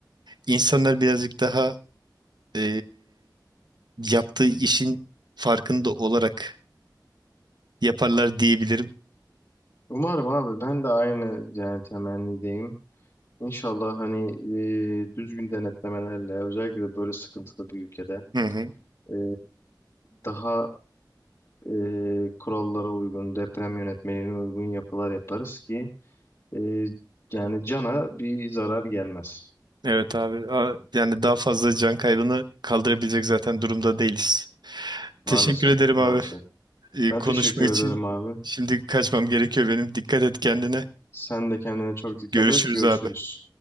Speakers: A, on the right; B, on the left.
A: insanlar birazcık daha e, yaptığı işin farkında olarak yaparlar diyebilirim.
B: Umarım abi ben de aynı yani temennideyim. İnşallah hani e, düzgün denetlemelerle özellikle de böyle sıkıntılı bir ülkede
A: Hı hı.
B: e, daha e, kurallara uygun, deprem yönetmeliğine uygun yapılar yaparız ki e, yani cana bir zarar gelmez.
A: Evet abi. A- Yani daha fazla can kaybını kaldırabilecek zaten durumda değiliz.
B: Maalesef,
A: Teşekkür ederim
B: maalesef.
A: abi. e,
B: Ben
A: konuşma
B: teşekkür
A: için
B: ederim abi.
A: şimdi kaçmam gerekiyor benim. Dikkat et kendine.
B: Sen de kendine çok dikkat
A: Görüşürüz
B: et. Görüşürüz.
A: abi.